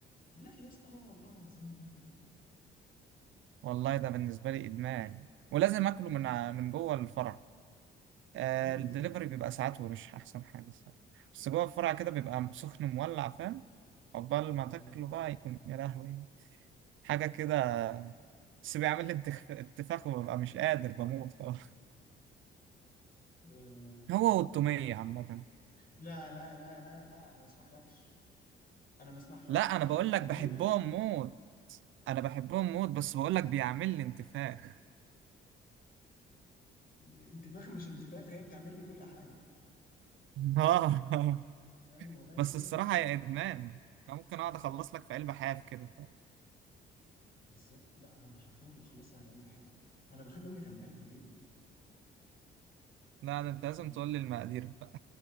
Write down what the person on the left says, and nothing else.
لا يا اسطى هو والله العظيم يعني
فاهمني
لا
يعني.
يا راجل
ازاي
مم.
أه...
لا لا لا لا لا انا ما اسمحلكش انا ما اسمحلكش
التوميه
الانتفاخ مش انتفاخ هي بتعمل لي كل حاجه
فاهم ولكن
بالظبط لا هو انا حرفيا بخلصها على قلب حاجه انا بخلي امي تعملها لي في البيت
فاهم؟